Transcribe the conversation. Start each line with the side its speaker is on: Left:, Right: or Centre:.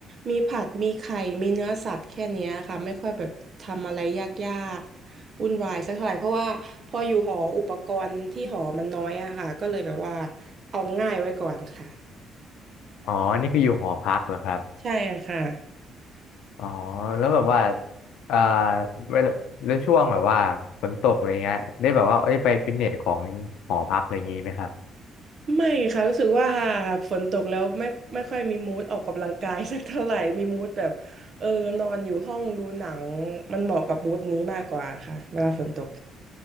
Right: มีผักมีไข่มีเนื้อสัตว์แค่เนี้ยค่ะไม่ค่อยแบบทำอะไรยากๆวุ่นวายสักเท่าไหร่เพราะว่าพออยู่หออุปกรณ์ที่หอมันน้อยอะค่ะก็เลยแบบว่าเอาง่ายไว้ก่อนค่ะ
Left: อ๋อนี่คืออยู่หอพักเหรอครับ
Right: ใช่ค่ะ
Left: อ๋อแล้วแบบว่าเอ่อเวลาแล้วช่วงแบบว่าฝนตกอะไรเงี้ยได้แบบว่าเอ้ยไปฟิตเนสของหอพักอะไรอย่างนี้ไหมครับ
Right: ไม่ค่ะรู้สึกว่าฝนตกแล้วไม่ไม่ค่อยมีมูดออกกำลังกายสักเท่าไหร่มีมูดแบบเออนอนอยู่ห้องดูหนังมันเหมาะกับมูดนี้มากกว่าค่ะเวลาฝนตก